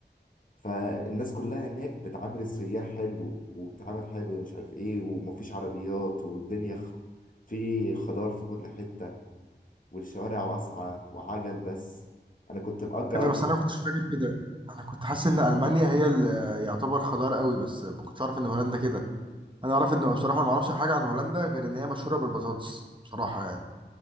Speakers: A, on the left; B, on the right.
A: فالناس كلها هناك بتعامل السياح حلو وبتعامل حلو ومش عارف ايه ومفيش عربيات والدنيا خ... في خضار في كل حتة والشوارع واسعة وعجل بس انا كنت مأجر
B: كده
A: عجل
B: بس انا والله كنتش فاكر كده انا كنت حاسس ان المانيا هي اللي يعتبر خضار قوي بس ما كنتش عارف ان هولندا كده انا عارف ان بصراحه ما اعرفش حاجه عن هولندا غير ان هي مشهوره بالبطاطس بصراحه يعني